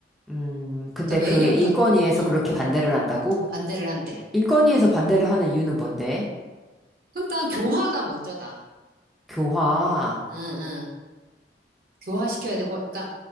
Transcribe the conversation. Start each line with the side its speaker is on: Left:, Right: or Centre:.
Centre: 음, 근데
Right: 그러니까
Centre: 그
Right: 매년
Centre: 인권위에서
Right: 그러니까 응,
Centre: 그렇게 반대를 한다고?
Right: 반대를 한대.
Centre: 인권위에서 반대를 하는 이유는 뭔데?
Right: 그러니까 교화가 먼저다.
Centre: 교화.
Right: 응, 응. 교화시켜야 되고 그러니까